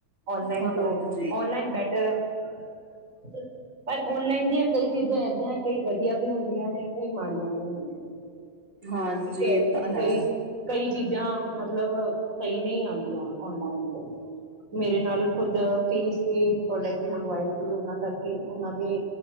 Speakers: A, on the right; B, on the right.
A: ਔਨਲਾਈਨ
B: ਹਾਂਜੀ
A: ਤੋਂ ਔਨਲਾਈਨ ਬੈਟਰ ਹੈ ਪਰ ਔਨਲਾਈਨ ਦੀ ਕਈ ਚੀਜ਼ਾਂ ਏਦਾਂ ਕਈ ਵਧੀਆ ਵੀ ਹੁੰਦੀਆਂ ਨੇ ਕਈ ਮਾੜੀਆਂ ਵੀ ਹੁੰਦੀਆਂ ਨੇ
B: ਹਾਂਜੀ
A: ਠੀਕ
B: ਇਹ ਤਾਂ ਹੈ
A: ਕਈ ਕਈ ਚੀਜ਼ਾਂ ਮਤਲਬ ਸਹੀ ਨਹੀਂ ਆਉਂਦੀਆਂ ਔਨਲਾਈਨ ਤੋਂ ਮੇਰੇ ਨਾਲ ਖੁਦ ਫੀਸ ਦੇ ਪ੍ਰੋਡਕਟ ਮੰਗਵਾਏ ਸੀ ਉਹਨਾਂ ਕਰਕੇ ਉਹਨਾਂ ਦੇ